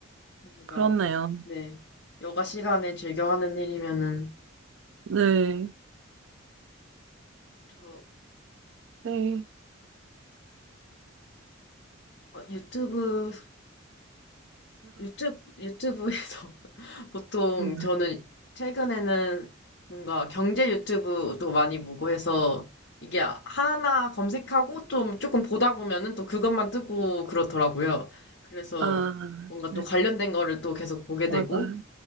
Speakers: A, on the left (about 55°); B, on the right (about 60°).
A: 여기가
B: 그렇네요.
A: 네 여가 시간에 즐겨 하는 일이면은
B: 네.
A: 저
B: 네.
A: 어, 유튜브 유튜브 유튜브에서 <laughs> 보통
B: <laughs>
A: 저는 최근에는 뭔가 경제 유튜브도 많이 보고 해서 이게 하나 검색하고 좀 조금 보다 보면은 또 그것만 뜨고 그렇더라고요. 그래서
B: 아,
A: 뭔가
B: 네.
A: 또 관련된 거를 또 계속 보게 되고
B: 맞아요.